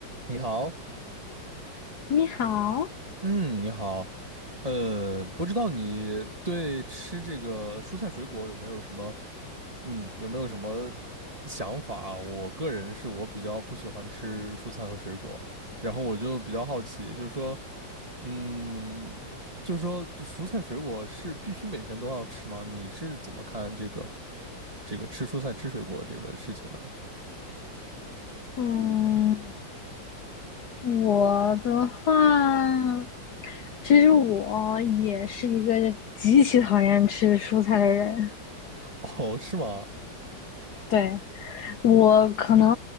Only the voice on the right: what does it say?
你好，
嗯，你好，呃，不知道你对吃这个蔬菜水果有没有什么，嗯，有没有什么想法啊？我个人是我比较不喜欢吃蔬菜和水果，然后我就比较好奇，就是说，嗯，就是说这蔬菜水果是必须每天都要吃吗？你是怎么看这个这个吃蔬菜吃水果这个事情呢？
<laughs> 哦，是吗？